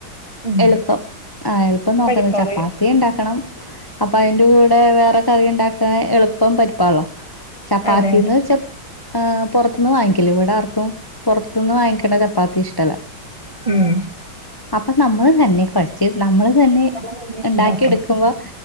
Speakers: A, on the right; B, on the left.
A: ഉം
B: എളുപ്പം ആ എളുപ്പം നോക്കുന്നത്
A: പരിപ്പ് കറി
B: ചപ്പാത്തി ഉണ്ടാക്കണം അപ്പൊ അതിന്റെ കൂടെ വേറെ കറി ഉണ്ടാക്കാ എളുപ്പം പരിപ്പാണല്ലോ ചപ്പാത്തിന്ന്
A: അതെ അതെ
B: ച ആ പുറത്തുന്ന് വാങ്ങിക്കല ഇവിടെ ആർക്കും പുറത്തന്ന് വാങ്ങിക്കണ ചപ്പാത്തി ഇഷ്ടല്ല
A: ഉം
B: അപ്പൊ നമ്മള് തന്നെ കുഴച്ച് നമ്മള് തന്നെ
A: നമ്മൾ തന്നെ
B: ഇണ്ടാക്കി
A: ഉണ്ടാക്കണം
B: എടുക്കുമ്പോ